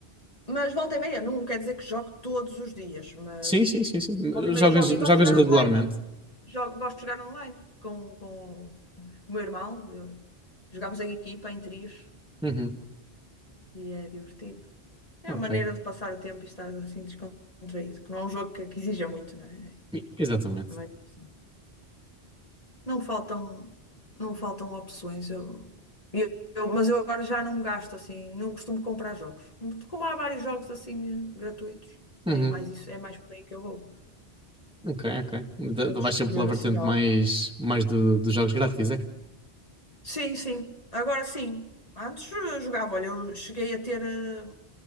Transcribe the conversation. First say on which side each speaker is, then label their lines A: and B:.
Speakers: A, on the left; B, in the centre.
A: Mas volta e meia, não quer dizer que jogo todos os dias, mas
B: Sim, sim, sim, sim.
A: volta e meia
B: Jogas,
A: jogo e gosto
B: jogas
A: de jogar
B: regularmente.
A: online. Jogo, gosto de jogar online com, com, com o meu irmão. Eu- jogamos em equipa, em trios,
B: Uhum,
A: e é divertido. É
B: ok.
A: uma maneira de passar o tempo e estar assim descontraído, que não é um jogo que, que exija muito, não é?
B: I- Exatamente.
A: É mais diversão. Não faltam, não faltam opções. Eu, eu- eu- mas eu agora já não gasto assim, não costumo comprar jogos. Como há vários jogos assim eh, gratuitos,
B: Uhum,
A: é mais isso, é mais por aí que eu vou.
B: ok, ok. Da-
A: Eu
B: da-
A: de
B: Vais
A: escolher
B: sempre pela vertente
A: assim algo.
B: mais, mais do, dos jogos grátis, é?
A: Sim, sim. Agora sim. Antes eh, jogava, olha, eu cheguei a ter. eh,